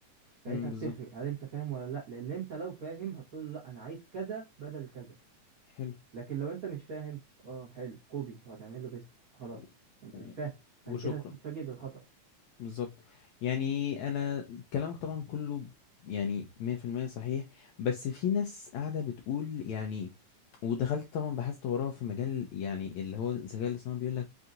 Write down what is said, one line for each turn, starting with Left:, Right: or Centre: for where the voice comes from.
Right: ساعتها
Left: مم.
Right: بتفرق
Left: بالظبط
Right: هل انت فاهم ولا لا لان انت لو فاهم هتقول له لا انا عايز كذا بدل كذا
Left: حلو
Right: لكن لو انت مش فاهم اه حلو كوبي وهتعمل له بيست خلاص
Left: و...
Right: انت
Left: و...
Right: مش فاهم
Left: وشكرا
Right: بعد كده هتتفاجئ بالخطأ
Left: بالظبط يعني انا كلامك طبعا كله يعني 100% صحيح بس في ناس قاعده بتقول يعني ودخلت طبعا بحثت وراه في مجال يعني اللي هو الذكاء الاصطناعي بيقول لك